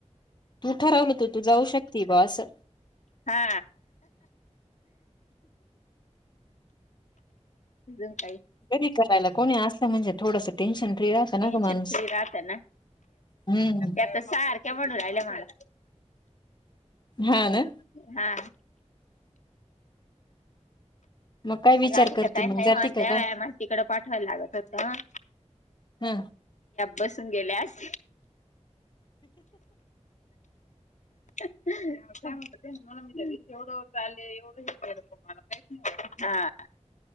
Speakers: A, on the left (about 35°); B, on the left (about 80°).
A: तू ठरवलं तू तू जाऊ शकते बस
B: हा अजून काही
A: घरी करायला कोणी असलं म्हणजे थोडस टेन्शन फ्री राहतं ना
B: टेन्शन
A: ग माणूस
B: फ्री राहत ना
A: हम्म
B: आता सारख्या म्हणून राहिल्या मला
A: हा ना
B: हा
A: मग काय विचार
B: राधिक
A: करते
B: का काईम
A: मग
B: नाही
A: जाते
B: ह
A: का
B: त्या
A: काय
B: व माण तिकडं पाठवायला लागत होत
A: हम्म
B: बसून गेल्यास सांग ते मी एवढं चालले एवढं हे त मला काहीच नाही वात अच